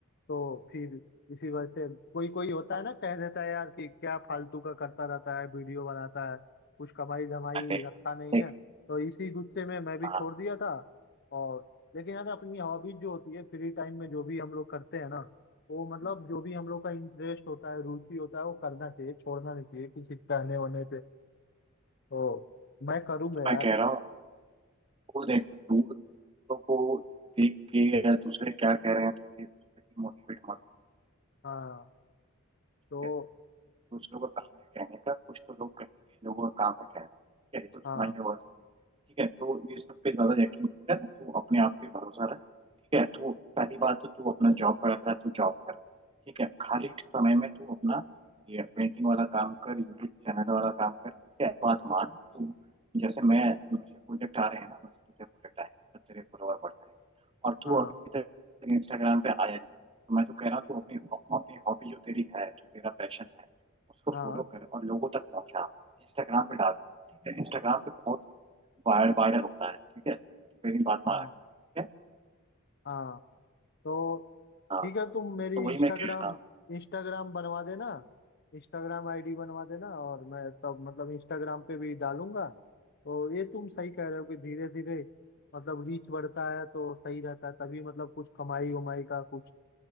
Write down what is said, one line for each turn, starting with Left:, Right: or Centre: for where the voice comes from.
Left: तो फिर इसी वजह से कोई कोई होता है ना कह देता है यार कि क्या फालतू का करता रहता है वीडियो बनाता है कुछ कमाई धमाई
Right: अरे यार,
Left: रखा नहीं
Right: देख
Left: है तो इसी गुस्से में मैं भी
Right: हाँ
Left: छोड़ दिया था और लेकिन यार अपनी हॉबीज जो होती है फ्री टाइम में जो भी हम लोग करते हैं ना वो मतलब
Right: हम्म,
Left: जो भी हम लोग का इंटरेस्ट होता है रुचि होता है वो करना चाहिए छोड़ना नहीं चाहिए किसी के कहने होने पे तो मैं करूंगा यार
Right: मैं कह रहा हूँ वो देख तू दूसरों को देख के या दूसरे क्या कह रहे हैं तुझे मोटिवेट मत
Left: हाँ तो
Right: कर दूसरों का काम है कहने का कुछ तो लोग कहेंगे लोगों का काम है कहना यही तो सुना
Left: हाँ
Right: ही होगा ठीक है तो ये सब पे ज्यादा यकीन नहीं कर तू अपने आप पे भरोसा रख ठीक है तो पहली बात तो तू अपना जॉब करता है तो जॉब कर ठीक है खाली समय में तू अपना ये पेंटिंग वाला काम कर यूट्यूब चैनल वाला काम कर ठीक है बात मान तू जैसे मैं मुझे प्रोजेक्ट आ रहे हैं ना वैसे तुझे प्रोजेक्ट आएंगे तो तेरे फॉलोअर बढ़ जाएंगे और तू
Left: हाँ
Right: अभी तक इंस्टाग्राम पे आया नहीं तो मैं तो कह रहा हूँ तू अपनी अपनी हॉबी जो तेरी है जो तेरा पैशन है उसको
Left: हाँ
Right: फॉलो कर और लोगों तक पहुंचा इंस्टाग्राम पे डाल ठीक है इंस्टाग्राम पे बहुत वायर वायरल होता है ठीक है तो मेरी बात मान
Left: हाँ
Right: ठीक है
Left: हाँ तो
Right: हाँ
Left: ठीक है तुम मेरी
Right: तो वही
Left: इंस्टाग्राम
Right: मैं कह रहा हूँ
Left: इंस्टाग्राम बनवा देना इंस्टाग्राम आईडी बनवा देना और मैं तब मतलब इंस्टाग्राम पे भी डालूंगा तो ये तुम सही कह रहे हो कि धीरे धीरे मतलब रीच बढ़ता है तो सही रहता है तभी मतलब कुछ कमाई उमाई का कुछ